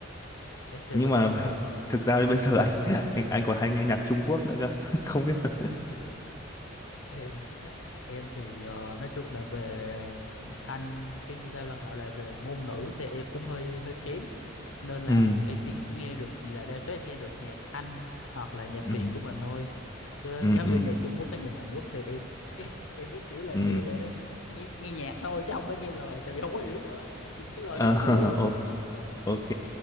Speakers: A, on the left (about 80°); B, on the left (about 15°).
A: Ed Sheeran
B: nhưng mà <laughs> thực ra bây giờ anh <laughs> anh anh còn hay nghe nhạc Trung Quốc nữa cơ <laughs> không biết là-
A: em em thì ờ, nói chung là về ờ, anh cái như sao ta gọi là về ngôn ngữ thì em cũng hơi hơi kém nên là
B: <laughs> ừ
A: em chỉ nghe được là đa số em nghe được nhạc Anh hoặc là nhạc
B: ừ
A: Việt của mình thôi chứ
B: ừ
A: giống
B: ừ
A: như nhạc Trung Quốc hay nhạc Hàn Quốc thì em <laughs> em đúng kiểu là
B: ừ
A: nghe để nghe nghe nhạc thôi chứ không phải nghe lời tại vì không có hiểu gì hết nhìn cái lời
B: Ờ,
A: cũng không hiểu
B: <laughs>
A: luôn
B: o- ok